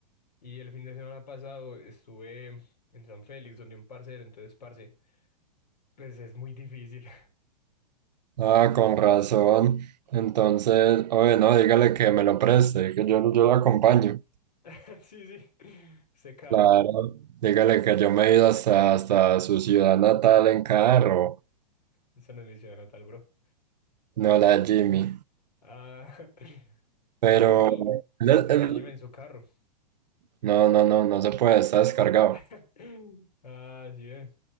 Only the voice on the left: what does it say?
Y el fin de semana pasado estuve en San Félix, donde un parcero, entonces, parce, pues es muy difícil. <laughs>
<laughs> Sí, sí, se cae.
esa no es mi ciudad natal, bro.
Ah, <laughs>
no, bro,
en- enséñeme
en su carro.
<laughs> Ah, sí, ve.